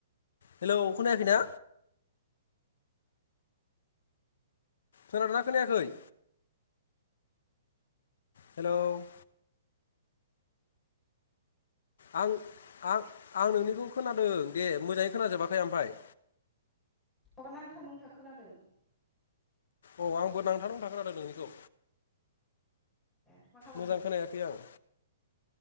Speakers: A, on the left; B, in the centre.
A: हेलौ खोनायाखै ना खोनादोंना खोनायाखै? हेल'। आं आं आं नोंनिखौ खोनादों दे मोजाङै खोनाजोबाखै ओमफफ्राय।
B: माबा नांथा नंथा खोनादों।
A: औ आंबो नांथा नुंथा खोनादों नोंनिखौ।
B: ए मा खालामदों
A: मोजां खोनायाखै आं।